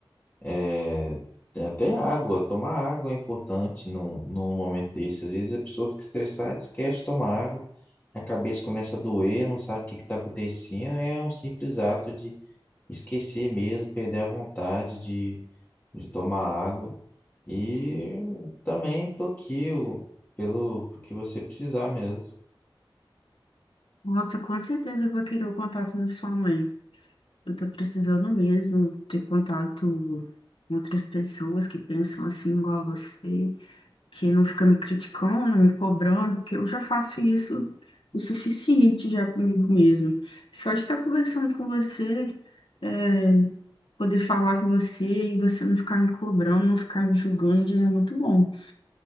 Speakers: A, on the left; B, on the left.
A: É, tem até água, tomar água é importante num, num momento desse. Às vezes a pessoa fica estressada, esquece de tomar água, a cabeça começa a doer, não sabe o que está acontecendo. É um simples ato de esquecer mesmo, perder a vontade de, de tomar água. E também tô aqui o- pelo, pelo que você precisar mesmo.
B: Nossa, com certeza eu vou querer o contato da sua mãe. Eu estou precisando mesmo ter contato com outras pessoas que pensam assim igual a você. que não fica me criticando, me cobrando, porque eu já faço isso o suficiente já comigo mesmo. Só de estar conversando com você, é, poder falar com você e você não ficar me cobrando, não ficar me julgando, já é muito bom.